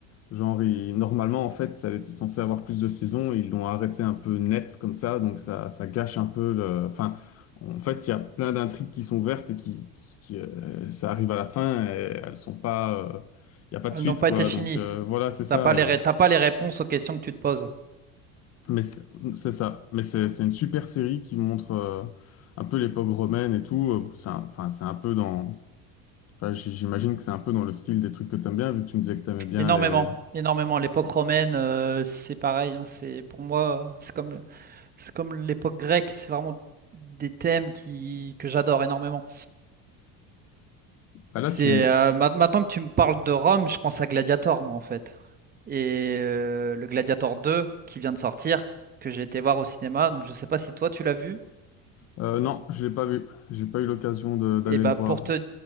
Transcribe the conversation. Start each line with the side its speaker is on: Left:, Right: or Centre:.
Left: Genre, il- normalement, en fait, elle était censée avoir plus de saisons. Ils l'ont arrêtée un peu net comme ça. Donc, ça, ça gâche un peu le. Enfin, en fait, il y a plein d'intrigues qui sont ouvertes et qui, qui- qui, euh, ça arrive à la fin et elles sont pas. euh, Il n'y a pas de
Right: Elles
Left: suite,
Right: n'ont pas
Left: quoi.
Right: été finies.
Left: Donc, euh, voilà, c'est ça.
Right: T'as pas les,
Left: Et
Right: ré- t'as pas les réponses aux questions que tu te poses.
Left: Mais c'est c'est ça. Mais c'est c'est une super série qui montre euh, un peu l'époque romaine et tout. Euh, C'est un- enfin, c'est un peu dans. enfin, j- j'imagine que c'est un peu dans le style des trucs que t'aimes bien, vu que tu me disais que t'aimais bien
Right: Énormément,
Left: les.
Right: énormément. L'époque romaine, euh, c'est pareil. hein. C'est pour moi, euh, c'est comme, c'est comme l'époque grecque. C'est vraiment des thèmes qui que j'adore énormément.
Left: Bah là,
Right: C'est
Left: tu.
Right: euh, ma- maintenant que tu me parles de Rome, je pense à Gladiator, moi en fait. Et euh, le Gladiator 2 qui vient de sortir, que j'ai été voir au cinéma. Donc je sais pas si toi tu l'as vu.
Left: Euh, non, je l'ai pas vu. J'ai pas eu l'occasion de- d'aller
Right: Et bah
Left: le voir.
Right: pour te